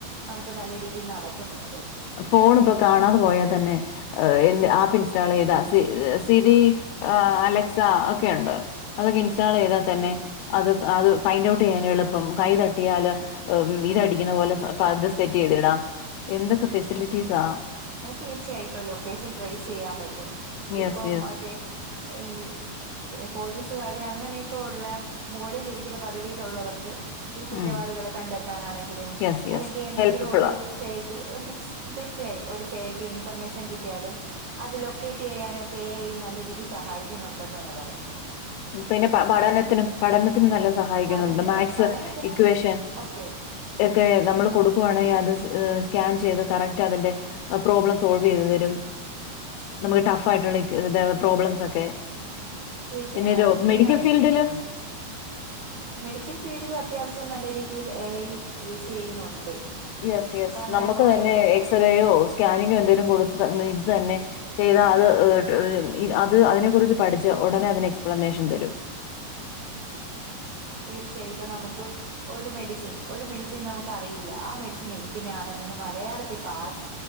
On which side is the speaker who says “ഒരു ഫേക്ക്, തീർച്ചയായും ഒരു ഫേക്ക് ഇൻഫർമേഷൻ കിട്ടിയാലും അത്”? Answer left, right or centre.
Right